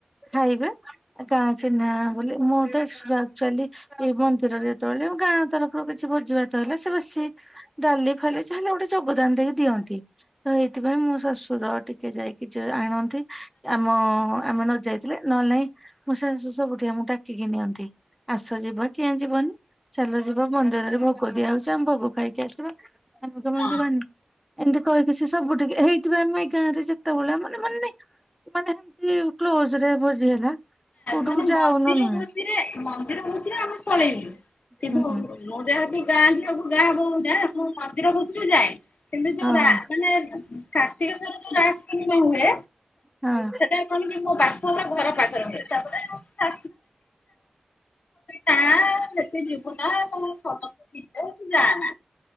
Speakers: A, in the centre; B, on the left.
A: ଖାଇବେ ଆ କା ଚିହ୍ନା ବୋଲି ମୋ ଦେଢଶୁର ଆକ୍ଚୁଆଲି ଏଇ ମନ୍ଦିରରେ ଯେତେବେଳେ ଗାଁ ତରଫରୁ କିଛି ଭୋଜି ଭାତ ହେଲା ସେ ବେଶୀ ଡାଲି ଫାଲି ଯାହାହେଲେ ଗୋଟେ ଯୋଗଦାନ ଦେଇ ଦିଅନ୍ତି। ତ ଏଇଥିପାଇଁ ମୋ ଶ୍ୱଶୁର ଟିକେ ଯାଇକି ଯ ଆଣ ନ୍ତି। ଆମ ଆମେ ନ ଯାଇଥିଲେ ନହେଲେ ନାହିଁ ମୋ ଶାଶୁ ସବୁଠିଁ ଆମକୁ ଡାକିକି ନିଅନ୍ତି, ଆସ ଯିବ କିଆଁ ଯିବନି‌। ଚାଲ ଯିବ ମନ୍ଦିରରେ ଭୋଗ ଦିଆ ହଉଚି ଆମେ ଭୋଗ ଖାଇକି ଆସିବା। ଆମେ କଣ ପାଇଁ
B: ହଁ ନା,
A: ଯିବନି ଏମତି କହିକି ସେ ସବୁ ଠିକି ହେଇଥିପାଇଁ ମୁଁ ଏଇ ଗାଁ ରେ ଯେତେବେଳେ ମାନେ ମାନେ ନାଇଁ ମାନେ ହେମତି ରେ କ୍ଲୋଜ୍ ରେ ଭୋଜି ହେଲା କୋଉଠିକୁ
B: ମାନେ
A: ଯାଉନୁ
B: ମନ୍ଦିର
A: ନୁହେଁ
B: ଭୋଜିରେ ମନ୍ଦିର ଭୋଜିରେ ଆମେ ପଳେଇଲୁ। କିନ୍ତୁ
A: ହୁଁ
B: ମୁଁ ଯେହେତୁ ଗାଁ ଝିଅ କୁ ଗାଁ ବୋହୁ ନା ମୁଁ ମନ୍ଦିର ଭୋଜିରେ ଯାଏ। କିନ୍ତୁ ଯୋଉ
A: ହଁ
B: ରା ମାନେ କାର୍ତ୍ତିକଶ୍ଵର ଯୋଉ ରାଇସ କାନିକା ହୁଏ
A: ହଁ
B: ସେ ସେ କଣ କି ମୋ ବାପଘର ଘର ପାଖରେ ହୁଏ। ତାପରେ <unintelligible> ନା ତମର ସମସ୍ତେ ଥିବେ ତୁ ଯାଆନା।